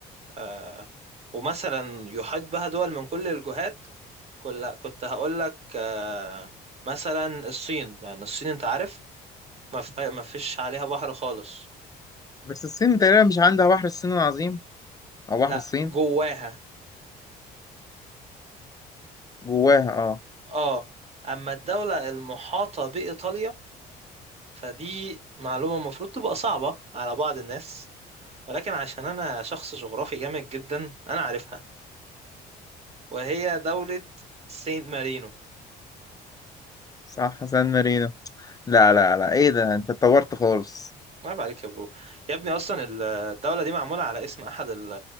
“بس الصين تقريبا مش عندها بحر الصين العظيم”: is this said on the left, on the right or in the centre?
Left